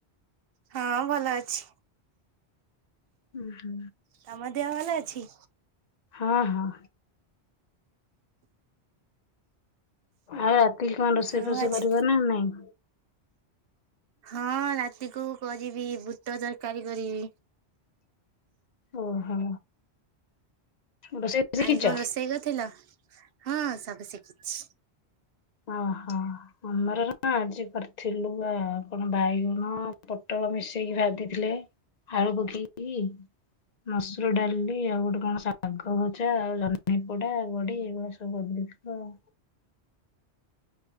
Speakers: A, on the right; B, on the left.
A: ହଁ ଭଲ ଅଛି।
B: ଉହୁଁ।
A: ତମ ଦେହ ଭଲ ଅଛି?
B: ହଁ ହଁ। ଆଉ ରାତି କଣ ରୋଷେଇ
A: ଆଉ
B: ଫୋଷେଇ
A: ଆଜି
B: କରିବ ନା ନାଇଁ?
A: ହଁ ରାତିକୁ କରିବି ବୁଟ ତରକାରୀ କରିବି।
B: ଓହୋ ରୋଷେଇ ଶିଖିଛ?
A: ଆଜି କଣ ରୋଷେଇ କରଥିଲ? ହଁ ସବୁ ଶିଖିଚ।
B: ଓହୋ। ଆମର ନା ଆଜି କରିଥିଲୁ ଆ କଣ ବାଇଗଣ ପୋଟଳ ମିଶେଇକି ଭାଜିିଥିଲେ। ଆଳୁ ପକେଇକି ମସୁର ଡାଲି ଆଉ ଗୋଟେ କଣ ଶାଗ ଗ ଭଜା ଆଉ ଜହ୍ନି ପୋଡା ବଡି ଏ ସବୁ କରିଦାଉଥିଲୁ ଆଉ।